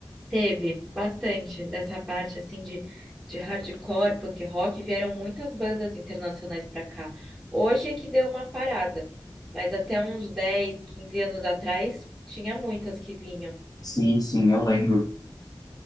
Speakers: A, in the centre; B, on the left.
A: Teve bastante dessa parte assim de, de hardcore, punk rock, vieram muitas bandas internacionais para cá. Hoje é que deu uma parada, mas até uns 10 15 anos atrás tinha muitas que vinham.
B: Sim, sim, eu lembro.